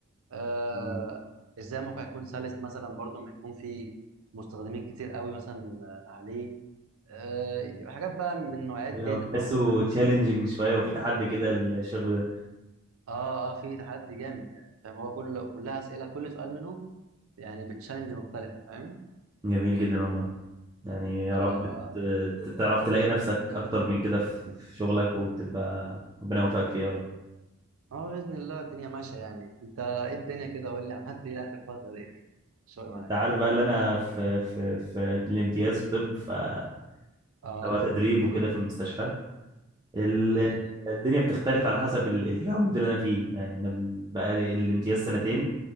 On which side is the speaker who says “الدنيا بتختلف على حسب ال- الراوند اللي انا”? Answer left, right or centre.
Right